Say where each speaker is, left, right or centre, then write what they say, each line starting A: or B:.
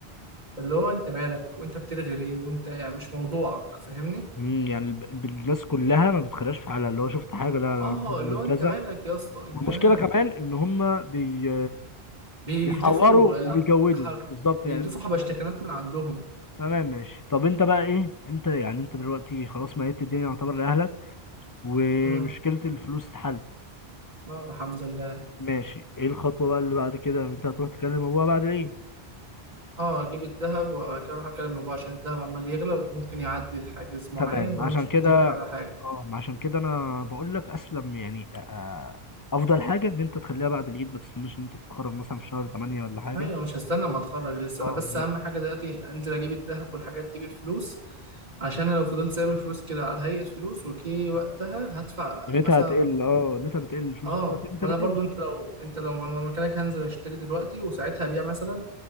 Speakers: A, on the right; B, on the left.
A: فاللي هو أنت مالك وأنت بترغي ليه وأنت يعني مش موضوعك فاهمني؟
B: مم، يعني الب- الناس كلها ما بتخلاش في حالها اللي هو شفت حاجه لا لا
A: آه
B: هم
A: اللي هو أنت
B: كذا
A: مالك يا اسطى أنت
B: والمشكله
A: مالك
B: كمان ان هم بي...
A: بيضيفوا
B: بيحوروا وبيجودوا
A: آه، حاجة
B: بالظبط
A: بيضيفوا
B: يعني ما بيشوفش
A: حبشتكنات
B: حاجة.
A: من عندهم
B: تمام ماشي طب انت بقى ايه انت يعني انت دلوقتي خلاص ميت الدنيا يعتبر لاهلك ومشكله
A: امم
B: الفلوس اتحلت
A: اه الحمد لله
B: ماشي ايه الخطوه بقى اللي بعد كده انت هتروح تكلم ابوها بعد ايه
A: اه اجيب الذهب وبعد كده اروح اكلم بابا عشان الذهب عمال يغلى وممكن يعدي لحاجز معين
B: تمام
A: وانا
B: عشان
A: مش
B: كده
A: متفق على حاجه
B: اه عشان كده انا بقول لك اسلم يعني أ- أ- افضل حاجه ان انت تخليها بعد العيد ما تستناش ان انت تتخرج مثلا في شهر 8 ولا حاجه
A: ايوه مش هستنى ما اتخرج لسه
B: اه
A: انا بس اهم حاجه دلوقتي انزل اجيب الذهب والحاجات دي بالفلوس عشان انا لو فضلت سايب الفلوس كده على هيئه فلوس وكي وقتها هدفع
B: قيمتها
A: مثلا
B: هتقل اه قيمتها بتقل الفلوس
A: اه
B: دلوقتي قيمتها
A: وانا
B: بتقل
A: برضو انت لو انت لو انا مكانك هنزل اشتري دلوقتي وساعتها ابيع مثلا